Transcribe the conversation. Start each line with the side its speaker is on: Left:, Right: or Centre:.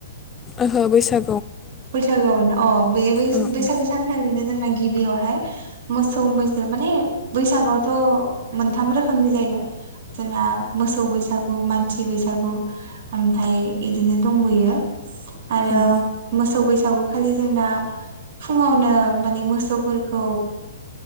Left: ओहो बैसा
Right: बैसागोआवनो अ बे
Left: औ
Right: बैसागो
Left: औ
Right: सानखालिनो जोंना गिबियावहाय मोसौ मैसो माने बैसागुआवथ' मोनथाम रोखोमनि जायो। जोंना मोसौ बैसागु मानसि बैसागु ओमफ्राय बिदिनो दं। यो आरो।
Left: उम
Right: मोसौ बैसागु खालि जोंना फुङावनो माने मोसौफोरखौ।